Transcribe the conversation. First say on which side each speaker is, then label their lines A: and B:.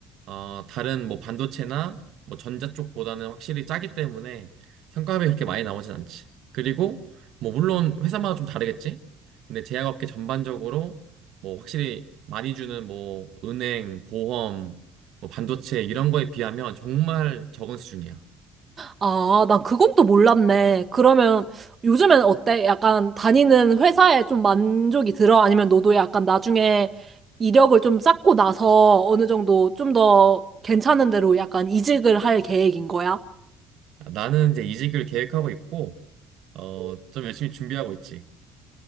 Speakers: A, on the right; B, on the right.
A: 어, 다른 뭐 반도체나 뭐 전자 쪽보다는 확실히 짜기 때문에 성과급이 그렇게 많이 나오진 않지. 그리고 뭐 물론 회사마다 좀 다르겠지. 근데 제약업계 전반적으로 뭐 확실히 많이 주는 뭐 은행, 보험, 뭐 반도체 이런 거에 비하면 정말 적은 수준이야.
B: 아, 난 그건 또 몰랐네. 그러면 요즘엔 어때? 약간 다니는 회사에 좀 만족이 들어? 아니면 너도 약간 나중에 이력을 좀 쌓고 나서 어느 정도 좀 더 괜찮은 데로 약간 이직을 할 계획인 거야?
A: 나는 이제 이직을 계획하고 있고. 어, 좀 열심히 준비하고 있지.